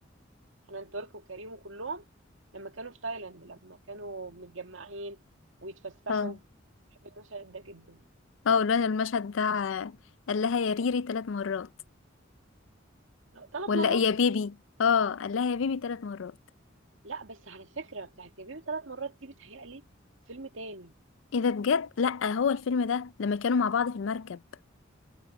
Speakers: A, on the right; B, on the left.
A: حنان ترك وكريم وكلهم لما كانوا في تايلاند لما كانوا متجمعين ويتفسحوا
B: اه
A: بحب المشهد ده جدا
B: اه اللي هو المشهد بتاع آه، قال لها يا ريري ثلاث مرات
A: ثلاث
B: ولا
A: مرات
B: يا بيبي اه قال لها يا بيبي ثلاث مرات
A: لا بس على فكرة بتاعت يا بيبي ثلاث مرات دي بتهيألي فيلم تاني
B: ايه ده بجد لا هو الفيلم ده لما كانوا مع بعض في المركب